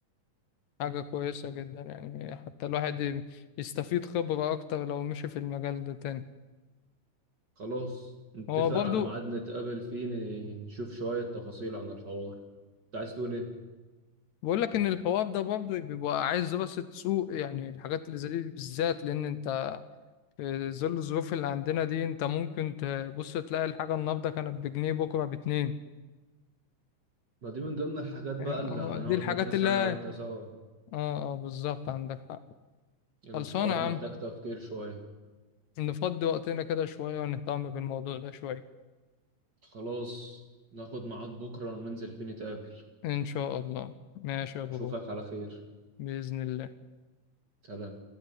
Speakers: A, on the left; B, on the right.
A: حاجة كويسة جدا يعني حتى الواحد يستفيد خبرة اكتر لو مشي في المجال ده تاني
B: خلاص نتفق
A: هو برضو
B: على ميعاد نتقابل فيه ن- نشوف شوية تفاصيل عن الحوار انت عايز تقول ايه؟
A: بقول لك ان الحوار ده برضو بيبقى عايز دراسة سوق يعني الحاجات اللي زي دي بالذات لان انت في ظل الظروف اللي عندنا دي انت ممكن تبص تلاقي الحاجة النهاردة كانت بجنيه بكرة باتنين
B: ما دي من ضمن الحاجات
A: يعني
B: بقى اللي
A: هو
B: هنقعد
A: دي الحاجات
B: ندرسها
A: اللي
B: انا وانت سوا
A: اه اه بالظبط عندك حق
B: الحوار
A: خلصانة يا عم
B: محتاج تفكير شوية
A: نفضي وقتنا كده شوية ونهتم بالموضوع ده شوية
B: خلاص ناخد ميعاد بكرة وننزل فيه نتقابل
A: إن شاء الله ماشي يا بابا
B: اشوفك على خير
A: بإذن الله
B: سلام